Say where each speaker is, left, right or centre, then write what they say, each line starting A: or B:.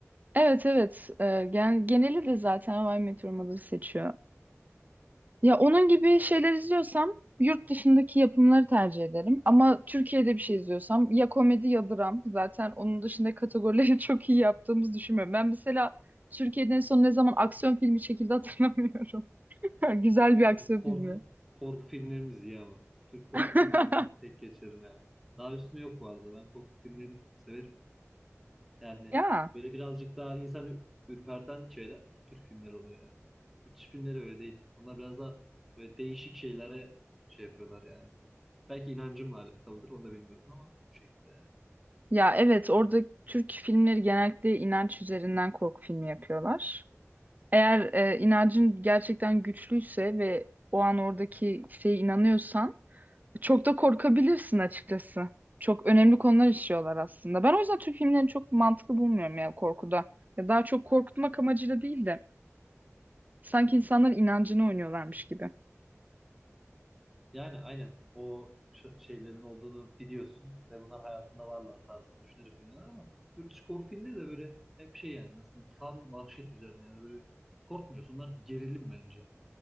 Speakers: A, on the right; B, in the centre.
A: evet, evet. E, gen geneli de zaten How I Met Your Mother'ı seçiyor. Ya onun gibi şeyler izliyorsam yurt dışındaki yapımları tercih ederim. Ama Türkiye'de bir şey izliyorsam ya komedi ya dram. Zaten onun dışında kategorileri <laughs> çok iyi yaptığımızı düşünmüyorum. Ben mesela Türkiye'den en son ne zaman aksiyon filmi çekildi hatırlamıyorum. <laughs> Güzel bir aksiyon
B: Böyle Korku,
A: filmi.
B: korku filmlerimiz iyi ama. Türk korku
A: <laughs>
B: filmlerini tek geçerim yani. Daha üstüne yok bu arada. Ben korku filmlerini severim. Yani
A: Ya.
B: böyle birazcık daha insan ü- ürperten şeyler Türk filmleri oluyor yani. Yurt dışı filmleri öyle değil. Onlar biraz daha böyle değişik şeylere şey yapıyorlar yani. Belki inancımla alakalıdır onu da bilmiyorum ama bu şekilde yani.
A: Ya evet orada Türk filmleri genellikle inanç üzerinden korku filmi yapıyorlar. Eğer e, inancın gerçekten güçlüyse ve o an oradaki şeye inanıyorsan Çok da korkabilirsin açıkçası. Çok önemli konular işliyorlar aslında. Ben o yüzden Türk filmlerini çok mantıklı bulmuyorum ya korkuda. Ya daha çok korkutmak amacıyla değil de sanki insanların inancını oynuyorlarmış gibi.
B: Yani aynen o ş- şeylerin olduğunu biliyorsun ve bunlar hayatında varlar tarzında düşünerek oynuyorlar ama yurt dışı korku filmleri de böyle hep şey yani nasıl diyeyim kan vahşet üzerine yani böyle korkmuyorsun. Onlar gerilim bence.